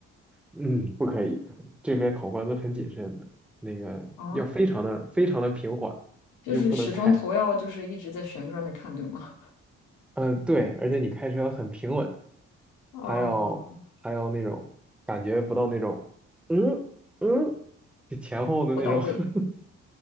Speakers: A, in the centre; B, on the left.
A: 嗯，不可以，这边考官都很谨慎的，那个要非常的非常的平缓，
B: 啊，就是始终头要就是一直在旋转着看，
A: 你就不能开。
B: 对吗？
A: 嗯，对，而且你开车很平稳，
B: 哦、
A: 还要还要那种感觉不到那种，嗯嗯，就前后的那种，
B: 不到位。
A: <laughs>